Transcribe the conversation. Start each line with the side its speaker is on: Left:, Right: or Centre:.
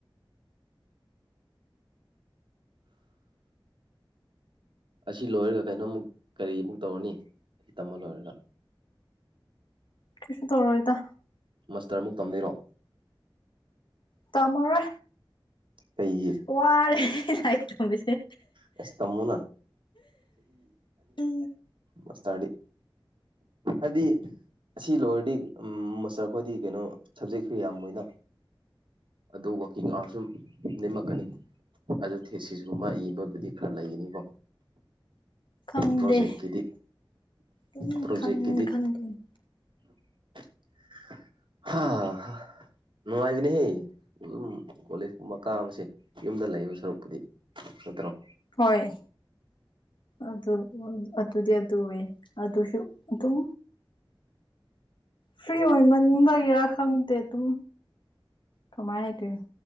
Right: ꯑꯁꯤ ꯂꯣꯏꯔꯒ ꯀꯩꯅꯣꯝꯃꯨꯛ ꯀꯔꯤꯃꯕꯨꯛ ꯇꯧꯔꯅꯤ ꯑꯁꯤ ꯇꯝꯃ ꯂꯣꯏꯔꯒ
Left: ꯀꯁꯨ ꯇꯧꯔꯣꯏꯗ
Right: ꯃꯥꯁꯇꯔꯃꯨꯛ ꯇꯝꯅꯩꯔꯣ
Left: ꯇꯃꯔ
Right: ꯀꯩꯌꯦ
Left: ꯋꯥꯔꯦ ꯊ ꯄꯁ
Right: ꯑꯁ ꯇꯝꯃꯨꯅ
Left: ꯎ
Right: ꯃꯁꯗꯤ ꯑꯗꯤ ꯑꯁꯤ ꯂꯣꯏꯋꯔꯗꯤ ꯎ ꯃꯣꯁꯇꯔ ꯈꯈꯣꯏꯗꯤ ꯀꯩꯅꯣ ꯁꯕꯖꯦꯛꯁꯨ ꯌꯥꯝꯃꯣꯏꯅ ꯑꯗꯨ ꯋꯥꯛꯀꯤꯡ ꯑꯋꯥꯔ ꯁꯨꯝ ꯅꯦꯝꯃꯛꯀꯅꯤ ꯑꯗꯨ ꯊꯦꯁꯤꯁꯒꯨꯝꯕ ꯏꯕꯕꯨꯗꯤ ꯈꯔ ꯂꯩꯒꯅꯤꯀꯣ
Left: ꯈꯪꯗꯦ
Right: ꯄ꯭ꯔꯣꯖꯦꯛꯀꯤꯗꯤ
Left: ꯑꯗꯨꯝ
Right: ꯄ꯭ꯔꯣꯖꯦꯛꯀꯤꯗꯤ
Left: ꯈꯟ ꯈꯟꯗꯣꯏꯅꯤ
Right: <unintelligible> ꯍꯥ ꯅꯨꯡꯉꯥꯏꯕꯅꯦꯍꯦ ꯑꯗꯨꯝ ꯀꯣꯂꯦꯖ ꯀꯨꯝꯕ ꯀꯥꯕꯁꯦ ꯌꯨꯝꯗ ꯂꯩꯕ ꯁꯔꯨꯛ ꯆꯠꯇ꯭ꯔꯣ
Left: ꯍꯣꯏ ꯑꯗꯨ ꯑꯗꯨꯗꯤ ꯑꯗꯨ ꯑꯣꯏꯌꯦ ꯑꯗꯨꯁꯨ ꯑꯗꯨꯝ ꯐ꯭ꯔꯤ ꯑꯣꯏꯃꯟꯕꯒꯤꯔꯥ ꯈꯪꯗꯦ ꯑꯗꯨꯝ ꯀꯃꯥꯏ ꯍꯥꯏꯗꯣꯏꯅꯣ